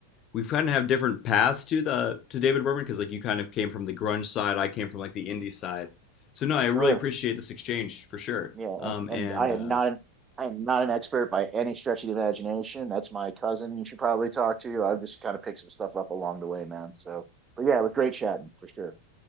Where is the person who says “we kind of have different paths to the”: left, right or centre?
Left